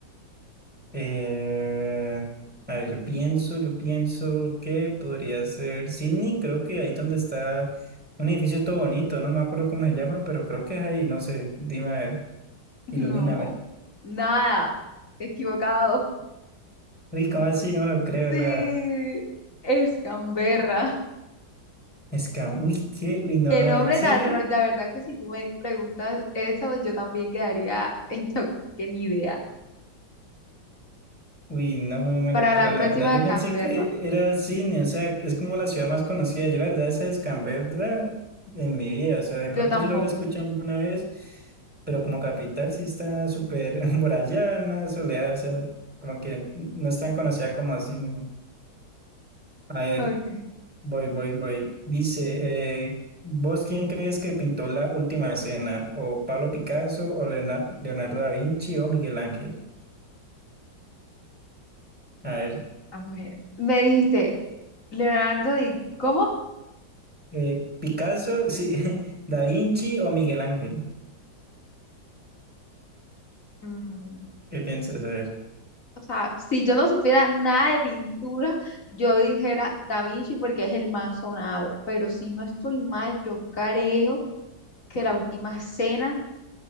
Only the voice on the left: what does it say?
<laughs>
No, nada, equivocado.
Sí,
es Canberra.
Qué nombre
tan raro. La verdad que si tú me preguntas eso, yo también quedaría en shock, porque ni idea.
Para
la próxima,
Canberra.
Yo tampoco.
Ok,
a ver. Me dijiste Leonardo, ¿y cómo?
Mm,
o sea, si yo no supiera nada de pintura, yo dijera Da Vinci porque es el más sonado. Pero si no estoy mal, yo creo que la última cena